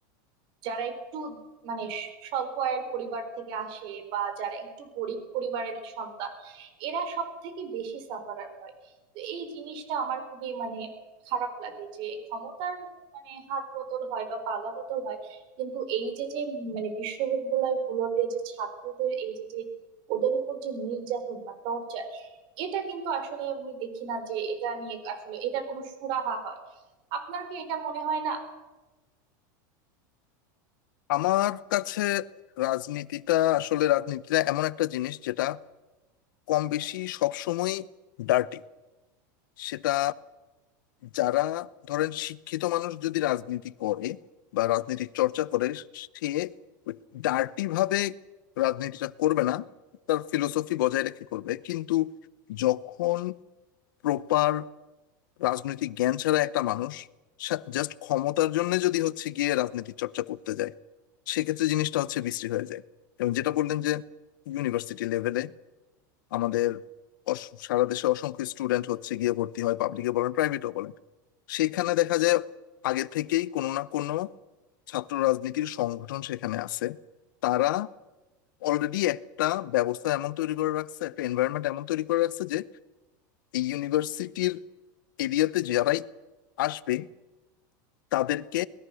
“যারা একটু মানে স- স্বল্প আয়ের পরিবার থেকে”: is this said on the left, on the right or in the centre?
Right